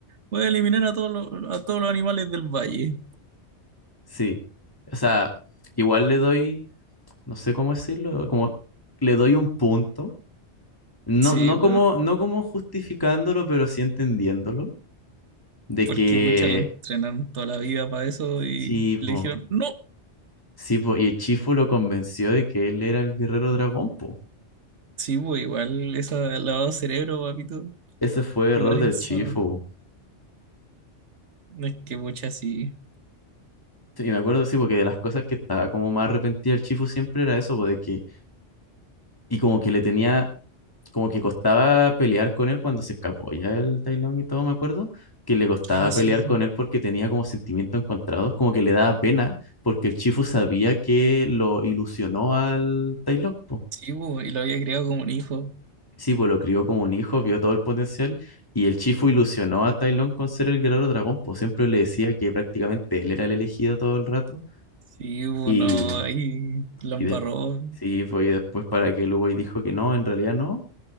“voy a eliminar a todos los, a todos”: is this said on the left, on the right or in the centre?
Right